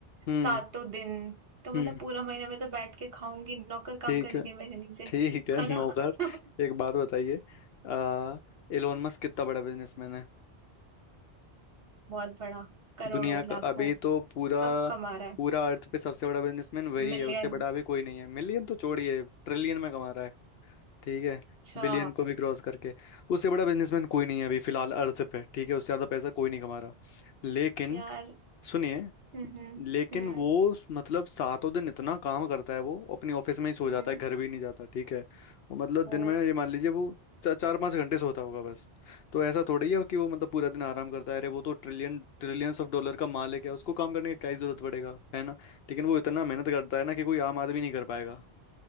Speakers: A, on the left; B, on the right.
A: हम्म
B: सातों दिन तो मतलब
A: हम्म,
B: पूरा महीना मैं तो बैठ के खाऊंगी नौकर काम
A: ठीक
B: करेंगे
A: है
B: मेरे नीचे
A: ठीक है
B: है ना
A: नौकर
B: <laughs>
A: एक बात बताइए आ एलोन मस्क कितना बड़ा बिजनेसमैन है
B: बहुत बड़ा करोड़ों
A: दुनिया का
B: लाखों
A: अभी तो पूरा
B: सब कमा रहा है
A: पूरा अर्थ पे सबसे बड़ा बिजनेसमैन वही
B: मिलियन
A: है उससे बड़ा अभी कोई नहीं है मिलियन तो छोड़िए ट्रिलियन में कमा रहा है ठीक है
B: अच्छा
A: बिलियन को भी क्रॉस करके उससे बड़ा बिजनेसमैन कोई नहीं है अभी फिलहाल अर्थ पे ठीक है उससे ज्यादा पैसा कोई नहीं कमा रहा लेकिन
B: यार
A: सुनिए
B: हम्म हम्म
A: लेकिन
B: हम्म
A: वो मतलब सातों दिन इतना काम करता है वो अपनी ऑफिस में ही सो
B: हम्म,
A: जाता है घर भी नहीं जाता ठीक है वो मतलब
B: ओ
A: दिन में ये मान लीजिए वो चा, चार पाँच घंटे सोता होगा बस तो ऐसा थोड़ी है कि वो मतलब पूरा दिन आराम करता है अरे वो तो ट्रिलियन ट्रिलियंस ऑफ डॉलर का मालिक है उसको काम करने की क्या ही जरूरत पड़ेगा है ना लेकिन वो इतना मेहनत करता है ना कि कोई आम आदमी नहीं कर पाएगा